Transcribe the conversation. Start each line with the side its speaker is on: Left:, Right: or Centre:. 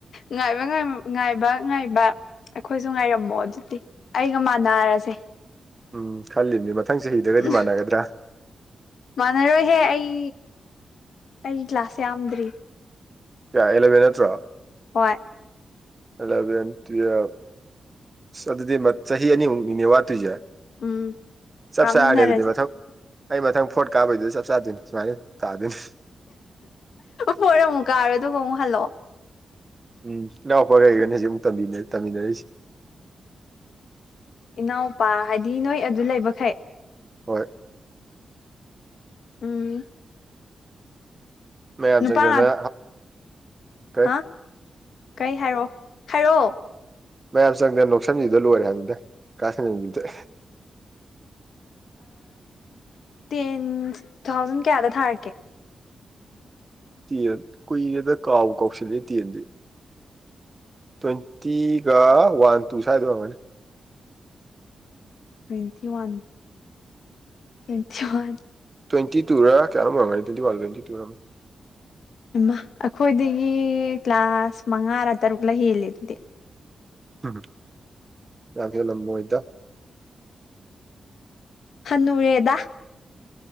Left: ꯉꯥꯏꯕ ꯉꯥꯏꯕ ꯉꯥꯏꯕ ꯑꯩꯈꯣꯏꯁꯨ ꯉꯥꯏꯔꯝꯃꯣ ꯑꯗꯨꯗꯤ ꯑꯩꯒ ꯃꯥꯟꯅꯔꯖꯦ
Right: ꯎꯝ ꯈꯜꯂꯤꯕꯅꯦ ꯃꯊꯪ ꯆꯍꯤꯗꯒꯗꯤ
Left: ꯎꯝ
Right: ꯃꯥꯟꯅꯒꯗ꯭ꯔ
Left: ꯃꯥꯟꯅꯔꯣꯏꯍꯦ ꯑꯩ ꯑꯩ ꯀ꯭ꯂꯥꯁ ꯌꯥꯝꯗ꯭ꯔꯤ
Right: ꯀꯌꯥ ꯑꯦꯂꯚꯦꯟ ꯅꯠꯇ꯭ꯔꯣ
Left: ꯍꯣꯏ
Right: ꯑꯂꯕꯦꯜ ꯇꯨꯌꯦꯜꯞ ꯑ ꯑꯗꯨꯗꯤ ꯆꯍꯤ ꯑꯅꯤꯃꯨꯛꯅꯤꯅꯦ ꯋꯥꯠꯇꯣꯏꯁꯦ
Left: ꯎꯝ
Right: ꯆꯞ
Left: ꯀꯥꯃꯤꯟꯅꯔꯁꯦ
Right: ꯆꯥꯔꯅꯤ ꯑꯗꯨꯗꯤ ꯃꯊꯪ ꯑꯩ ꯃꯊꯪ ꯐꯣꯔꯠ ꯀꯥꯕꯩꯗꯨꯗ ꯆꯞ ꯆꯥꯗꯣꯏꯅꯤ ꯁꯨꯃꯥꯏꯅ ꯇꯥꯗꯣꯏꯅꯤ
Left: ꯚꯣꯠ ꯑꯃꯨꯛ ꯀꯥꯔꯣ ꯑꯗꯨꯒ ꯑꯃꯨꯛ ꯍꯜꯂꯣ
Right: ꯎꯝ ꯏꯅꯥꯎꯄ ꯂꯩꯩꯒꯅꯤ ꯁꯤ ꯑꯃ ꯇꯝꯃꯤꯟꯅꯔꯤꯁꯦ
Left: ꯏꯅꯥꯎꯄꯥ ꯍꯥꯏꯗꯤ ꯅꯣꯏ ꯑꯗꯨ ꯂꯩꯕꯈꯩ
Right: ꯍꯣꯏ
Left: ꯎꯝ
Right: ꯃꯌꯥꯝ
Left: ꯅꯨꯄꯥ
Right: ꯆꯪꯗꯅ
Left: ꯉꯥꯛ
Right: ꯀꯩ
Left: ꯍꯥ ꯀꯩ ꯍꯥꯏꯔꯣ ꯍꯥꯏꯔꯛꯑꯣ
Right: ꯃꯌꯥꯝ ꯆꯪꯗꯅ ꯅꯣꯛꯁꯟꯕꯤꯕꯗ ꯂꯣꯏꯔꯦ ꯍꯥꯏꯕꯗ ꯀꯥ ꯁꯟꯗ ꯇꯣꯛꯑꯦ
Left: ꯇꯦꯟ ꯊꯥꯎꯖꯟ ꯀꯌꯥꯗ ꯊꯥꯔꯛꯀꯦ
Right: ꯇꯦꯟ ꯀꯨꯏꯔꯦꯗ ꯀꯥꯎ ꯀꯥꯎꯁꯤꯜꯂꯤ ꯇꯦꯟꯗꯤ ꯇ꯭ꯋꯦꯟꯇꯤꯒ ꯋꯥꯟ ꯇꯨ ꯁ꯭ꯋꯥꯏꯗ ꯑꯣꯏꯔꯝꯒꯅꯤ
Left: ꯇ꯭ꯋꯦꯟꯇꯤ ꯋꯥꯟ ꯊ꯭ꯋꯦꯟꯇꯤꯋꯥꯟ
Right: ꯇ꯭ꯋꯦꯟꯇꯤꯇꯨꯔ ꯀꯌꯥꯅꯣ ꯑꯣꯢꯔꯝꯒꯅꯤ ꯇ꯭ꯋꯦꯟꯇꯤ ꯋꯥꯟ ꯂꯣ ꯇ꯭ꯋꯦꯟꯇꯤꯇꯨꯔ
Left: ꯏꯃ ꯑꯩꯈꯣꯏꯗꯒꯤ ꯀ꯭ꯂꯥꯁ ꯃꯉꯥꯔ ꯇꯔꯨꯛꯂ ꯍꯦꯜꯂꯦ ꯑꯗꯨꯗꯤ
Right: ꯎꯝ ꯌꯥꯝ ꯍꯂꯝꯃꯣ ꯑꯣꯏꯗ
Left: ꯍꯅꯨꯨꯔꯦꯗꯥ